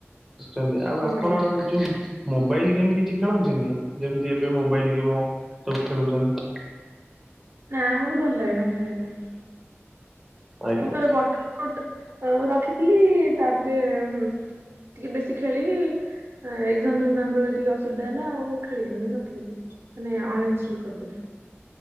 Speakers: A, in the centre; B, on the right.
A: ବୁଝୁଛନ୍ତି ଆଉ ଆପଣ
B: ବଢିଆ
A: ଯୋଉ। ମୋବାଇଲ ଗେମ୍ କିଛି ଖେଳନ୍ତିନି ଯେମିତି ଏବେ ମୋବାଇଲ ଗେମ୍ ସବୁ ଖେଳୁଛନ୍ତି।
B: ନା ମତେ ଭଲ ଲାଗେ ନା ଖେଳିବା ପାଇଁ
A: ଆଜ୍ଞା
B: ଆମ ଥର ବଟ <unintelligible> ଆଉ ରଖିଥିଲି ତାପରେ ଟିକେ ବେଶୀ ଖେଳିଲି ଏକ୍ଜାମ୍ ଫେକଜାମ୍ ବେଳେ ଟିକେ ଅସୁବିଧା ହେଲା ଆଉ ଖେଳିଲିଣି ରଖିଦେଲି। ମାନେ ଅନଇନଷ୍ଟଲ୍ କରିଦେଲେ।